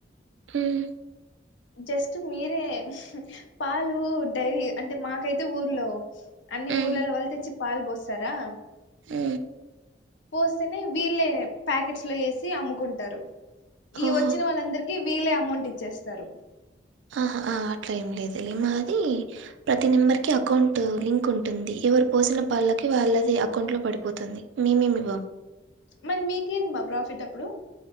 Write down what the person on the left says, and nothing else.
జస్ట్ మీరే పాలు ఉహ్ డైరీ అంటే మాకైతే ఊర్లో అన్ని
ఊర్లలో వాళ్ళు తెచ్చి పాలు పోస్తారా
పోస్తేనే వీళ్ళే ప్యాకెట్స్ లో వేసి అమ్ముకుంటారు ఈ
వచ్చిన వాళ్ళందరిక కి వీలే అమౌంట్ ఇచ్చేస్తారు
మరి మీకేందిమా ఆ ప్రాఫిట్ అప్పుడు